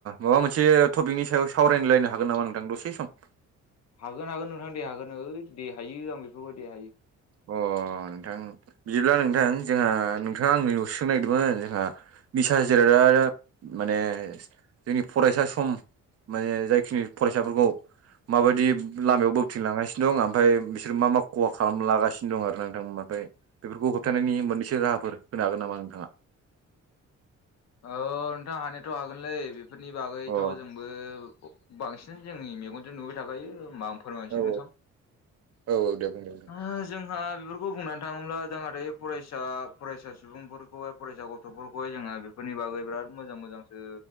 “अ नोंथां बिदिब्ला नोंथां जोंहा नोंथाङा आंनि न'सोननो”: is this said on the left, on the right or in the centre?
Right